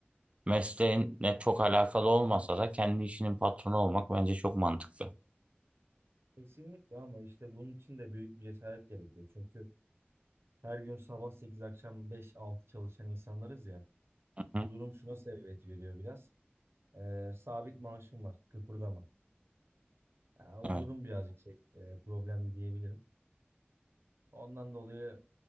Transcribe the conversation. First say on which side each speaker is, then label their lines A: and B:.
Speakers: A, on the right; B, on the right.
A: mesleğinle çok alakalı olmasa da kendi işinin patronu olmak bence çok mantıklı.
B: Kesinlikle ama işte bunun için de büyük bir cesaret gerekiyor. Çünkü her gün sabah 8 akşam beş altı çalışan insanlarız ya.
A: Hı,
B: Bu durum şuna sebebiyet veriyor biraz. Ee, sabit maaşım var. Kıpırdama. Ya, o
A: Evet.
B: durum birazcık şey, e, problemli diyebilirim. Ondan dolayı